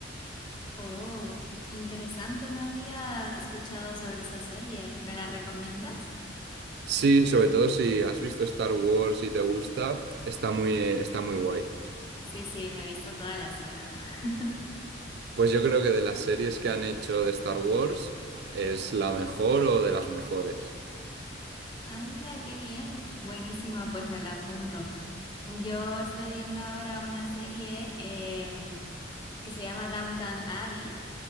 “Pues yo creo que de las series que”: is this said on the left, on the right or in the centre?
Right